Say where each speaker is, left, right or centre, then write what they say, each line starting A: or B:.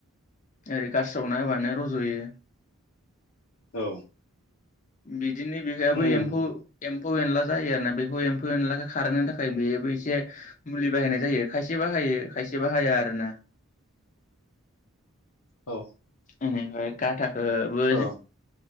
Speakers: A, on the left (about 35°); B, on the left (about 80°).
A: ओरै गारस्रावना होबानो रज'यो
B: औ
A: बि दिनि बिगायाबो
B: उम
A: एम्फो एम्फौ एनला जायो आरोना बे फौ एम्फौ एनलाखौ खारोनो थाखाय बेयोबो एसे मुलि बाहायनाय जायो खायसे बाहायो खायसे बाहाया आरो ना
B: औ
A: ओम हाय गाथाखोबो
B: औ